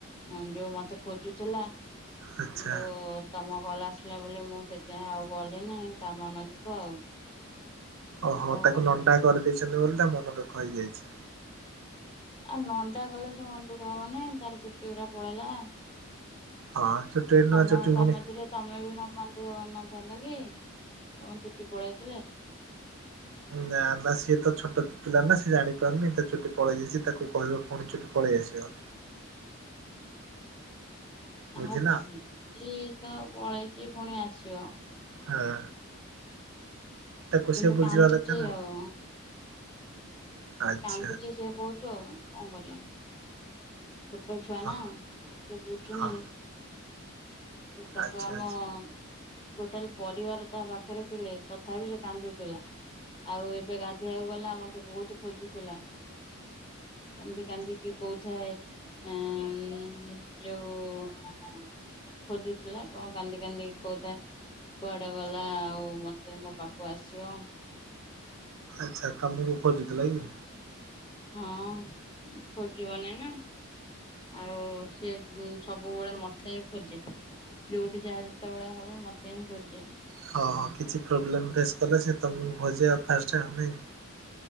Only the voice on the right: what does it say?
ଆଚ୍ଛା।
ଓହୋ
ତାକୁ
ନଣ୍ଡା କରିଦେଇଛନ୍ତି ବୋଲି ତା ମନ ଦୁଃଖ ହେଇଯାଇଛି।
ହଁ ଚୁଟି ନୂଆ
ଚୁଟି
ପୁଣି।
ନା ନା ସିଏ ତ ଛୋଟ ପିଲା ନା ସିଏ ଜାଣିପାରୁନି ତା ଚୁଟି ପଳେଇଯାଇଛି ତାକୁ କହିବ ପୁଣି ଚୁଟି ପଳେଇ ଆସିବ। ବୁଝିଲ
ହଁ। ତାକୁ
ସେ ବୁଝିବା
ଦରକାର।
ଆଚ୍ଛା
ହଁ
ହଁ।
ଆଚ୍ଛା
ଆଚ୍ଛା।
ଆଚ୍ଛା ତମକୁ ଖୋଜୁଥିଲା କି?
ହଁ ହଁ କିଛି ପ୍ରୋବ୍ଲେମ୍ ଫେସ୍ କଲେ ସେ ତମକୁ ଖୋଜେ ଆଉ ଫାର୍ଷ୍ଟ ଆଉ ନାଇ କି।